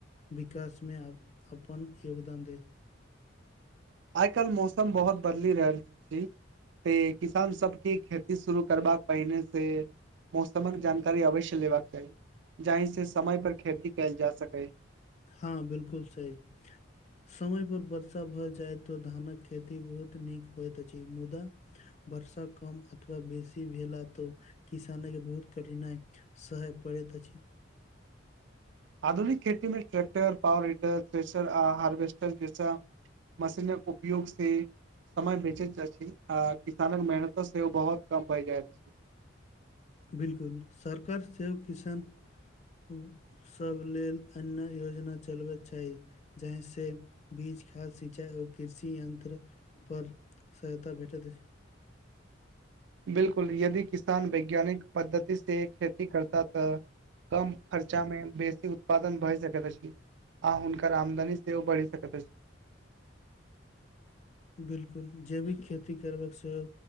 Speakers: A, on the left; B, on the right.
A: विकास मे अपन योगदान देत।
B: आइ काल्हि मौसम बहुत बदलि रहल अछि। त किसान सबके खेती शुरू करबाक पहिने से- मौसमक जानकारी अवश्य लेबाक चाही, जाहि से समय पर खेती कयल जा सकै।
A: हँ बिलकुल सही। समय पर वर्षा भऽ जाय तऽ, धानक खेती बहुत नीक होइत अछि मुदा वर्षा कम अथवा बेसी भेल त, किसान के बहुत कठिनाइ - सहय पड़ैत अछि।
B: आधुनिक खेती मे ट्रै्क्टर, पावर हीटर, आ हार्वेस्टर जैसा मशीनक उपयोग से- समय बचैत अछि, आ किसानक मेहनत सेहो बहुत कम भय जायत छै।
A: बिलकुल सरकार सेहो किसान- सब लेल अन्य योजना चलबैक चाही। जहि से बीज खाद सिंचाई आ कृषि यंत्र पर सहायता भेटैत अछि।
B: 'बिलकुल' यदि किसान वैज्ञानिक पद्धति से खेती करता तऽ- कम खर्चामे बेसी- उत्पादन भए सकैत अछि, आ हुनकर आमदनी सेहो बढ़ि सकैत अछि।
A: 'बिलकुल' जैविक खेती करबाक सेहो